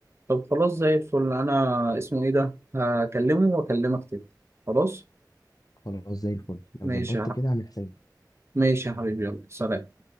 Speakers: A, on the right (about 35°); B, on the left (about 55°).
A: طب خلاص زي الفل انا اسمه ايه ده هكلمه واكلمك تاني خلاص
B: خلاص زي الفل لو
A: ماشي
B: ظبطت
A: يا ح-
B: كده اعمل حسابي
A: ماشي يا حبيبي يلا سلام